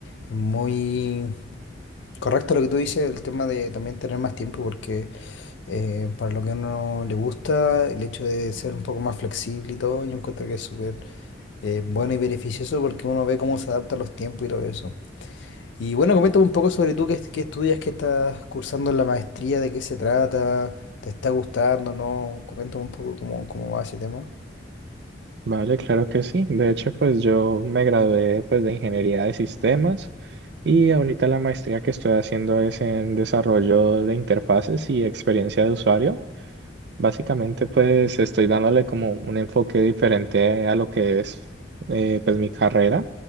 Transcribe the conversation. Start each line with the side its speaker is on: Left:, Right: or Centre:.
Left: es muy correcto lo que tú dices, el tema de también tener más tiempo, porque eh, para lo que a uno le gusta, el hecho de ser un poco más flexible y todo, yo encuentro que es súper eh, bueno y beneficioso porque uno ve cómo se adapta a los tiempos y todo eso. Y bueno, coméntame un poco sobre tú, qué, qué estudias, qué estás cursando en la maestría, de qué se trata, te está gustando, ¿no? Coméntame un poco cómo, cómo va ese tema.
Right: Vale, claro que sí. De hecho, pues yo me gradué pues de ingeniería de sistemas y ahorita la maestría que estoy haciendo es en desarrollo de interfaces y experiencia de usuario. Básicamente, pues estoy dándole como un enfoque diferente a lo que es eh, pues mi carrera,